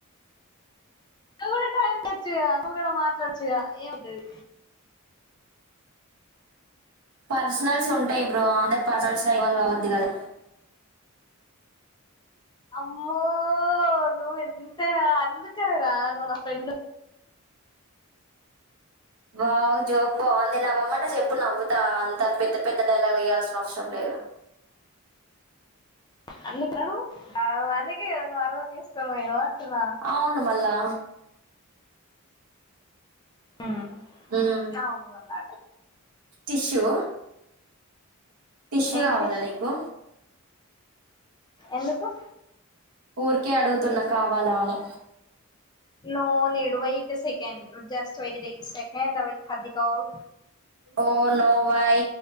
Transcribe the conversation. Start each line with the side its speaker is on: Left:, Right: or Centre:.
Left: నువ్వు కూడా టైం పాస్ చెయ్యలి నువ్వు కూడా మాట్లాడచ్చుగ ఏమైతది
Right: పర్సనల్స్ ఉంటాయ్ బ్రో ఆమె పర్సనల్స్ లో ఇన్వాల్వ్ అవివోద్దు కదా
Left: అమ్మో నువింతేరా అందుకనేర నువ్ నా ఫ్రెండ్
Right: వావ్ జోక్ బాగుంది నవ్వమంటే చెప్పు నవ్వుతా అంత పెద్ద పెద్ద డైలాగులు ఎయాల్సిన అవసరం లేదు
Left: అందుకను అవ్ నువ్ అర్థం చేసుకొని పోయినావ్ వా
Right: అవును మళ్ళా
Left: మ్
Right: మ్మ్
Left: అవును మళ్ళా త్
Right: టిష్యూ టిష్యూ
Left: ఏంటిది
Right: కావాలా నీకు
Left: ఎందుకు
Right: ఊర్ కే అడుగుతున్నా కావాలా అని
Left: no need wait second just wait it's second await for the call
Right: oh no why